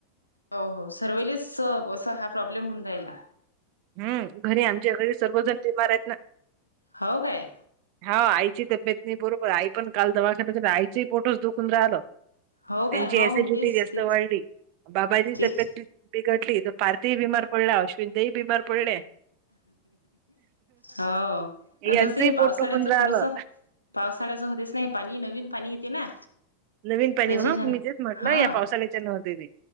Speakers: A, on the left; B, on the right.
A: हो हो सर्वले सब असं हा प्रॉब्लेम होन जाईला.
B: हम्म घरी आमच्या घरी सर्वजण बिमार आहेत ना.
A: हो काय
B: हा आईची तब्येत नाही बरोबर आई पण काल दवाखानाज ना आईचही पोठोच दुखून राहिलं.
A: हो
B: त्यांची
A: काय हो
B: एसिडिटी
A: मग तेच
B: जास्त
A: तेच
B: वाढली बाबाची
A: तेच
B: तब्येत बिघडली तर पारथी ही बीमार पडला अश्विन ताई बीमार पडल्या.
A: हो आणि
B: यांचंही
A: तसं हे
B: पोट
A: पावसाळ्याच
B: दुखून राहिलं
A: थोडसा पावसाळ्याचं होतेच नाही पाणी नवीन पाणी येते ना.
B: नवीन पाणी
A: त्याच्याच्यान
B: हा मी तेच म्हटलं
A: हा
B: या पावसाळ्याच्या नव्हती ती.